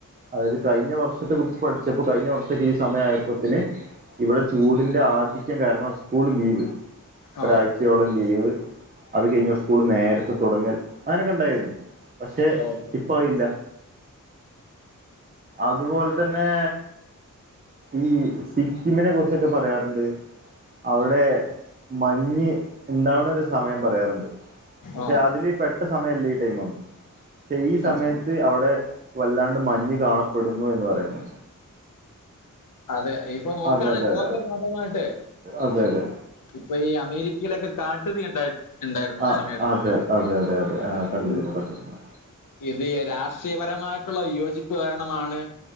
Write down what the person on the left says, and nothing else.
ആ
ഓക്കെ
ആ
അത്
ശരി
അതെ ഇപ്പൊ നോക്കണ
ലോക
ജാപകമായിട്ട്
ഇപ്പെ ഈ അമേരിക്കയിലൊക്കെ കാട്ടുതീ ഉണ്ടായി ഉണ്ടായിരുന്നു
ഒരു സമയത്ത്
ഈ
ഇത് രാഷ്ട്രീയപരമായിട്ട്ള്ള വിയോജിപ്പ് കാരണമാണ്